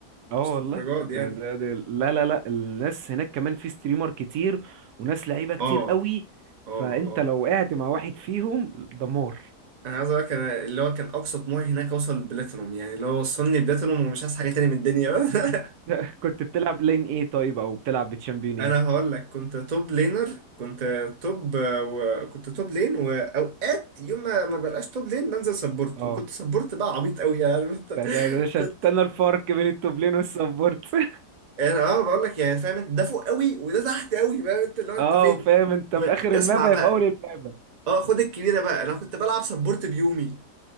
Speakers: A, on the right; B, on the right.
A: اه
B: مش
A: والله
B: للدرجه
A: ده
B: دي يعني
A: ده ده لا لا لا الناس هناك كمان في ستريمر كتير وناس لعيبه كتير
B: اه
A: قوي
B: اه
A: فانت
B: اه
A: لو وقعت مع واحد فيهم دمار
B: انا عايز اقول لك انا اللي هو كان اقصى طموحي هناك اوصل البلاتينوم يعني اللي هو وصلني بلاتينوم ومش عايز حاجه تاني من الدنيا <laughs>
A: <laughs> كنت بتلعب لين ايه طيب او بتلعب بتشامبيون ايه
B: انا هقول لك كنت توب لينر كنت توب وكنت توب لين واوقات يوم ما ما بلقاش توب لين بنزل سبورت
A: اه
B: وكنت سبورت بقى عبيط قوي يعني عارف انت <laughs>
A: ده ده ده شتنا
B: كنت
A: الفرق بين التوب لين والسبورت <laughs>
B: يعني اه بقول لك يعني فاهم انت ده فوق قوي وده تحت قوي فاهم انت اللي هو انت
A: اه
B: فين
A: فاهم انت
B: واسمع
A: في اخر المابا
B: بقى
A: يا في اول المابا
B: اه خد الكبيره بقى انا كنت بلعب سبورت بيومي